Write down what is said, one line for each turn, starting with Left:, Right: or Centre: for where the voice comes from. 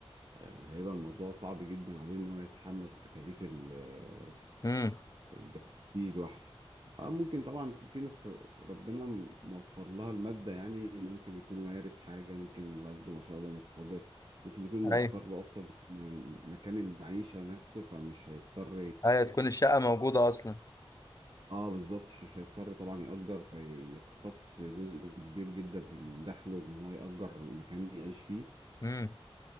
Right: آه، هيبقى الموضوع صعب جدا عليه إن هو يتحمل تكاليف ال- آه،
Left: امم
Right: الجواز دي لوحده اه ممكن طبعا في في ناس ربنا موفر لها المادة يعني ممكن يكون وارث حاجة ممكن والده ما شاء الله مقتدر ممكن يكون موفر
Left: ايوه
Right: له أصلا م- مكان المعيشة نفسه فمش هيضطر
Left: ايوه تكون الشقة موجودة اصلا
Right: اه بالظبط مش هيضطر طبعا يأجر فيقتص جزء كبير جدا من دخله ان هو يأجر مكان يعيش فيه
Left: امم